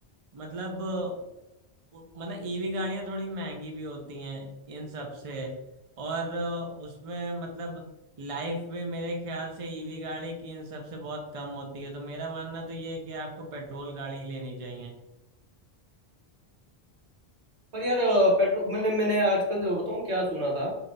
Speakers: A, on the right; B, on the right.
A: मतलब अ, उ- मतलब ईवी गाड़ियां थोड़ी महंगी भी होती हैं इन सब से और अ, उसमें मतलब लाइफ भी मेरे ख्याल से ईवी गाड़ी की इन सब से बहुत कम होती है तो मेरा मानना तो ये है कि आपको पेट्रोल गाड़ी ही लेनी चाहिए
B: पर यार पेट्रोल मैंने मैंने आजकल बताऊँ क्या सुना था